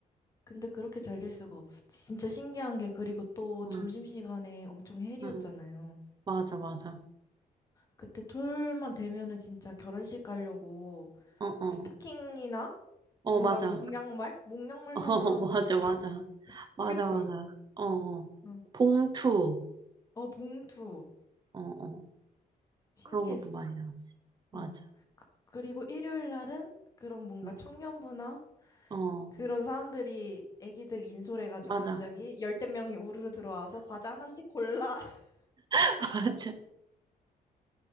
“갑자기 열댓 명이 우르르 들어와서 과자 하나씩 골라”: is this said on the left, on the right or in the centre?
Left